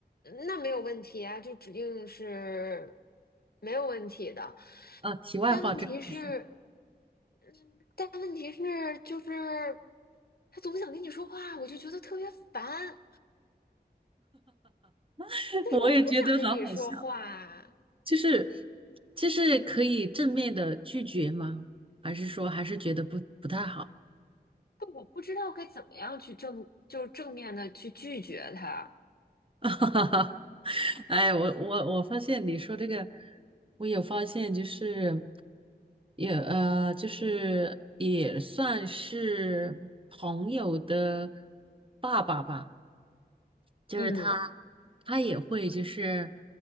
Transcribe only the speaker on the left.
那没有问题啊，就指定是没有问题的。
但问题是，
嗯，但问题是，就是他总想跟你说话，我就觉得特别烦。
但是我不想跟你说话。
但我不知道该怎么样去正，就是正面的去拒绝他。
嗯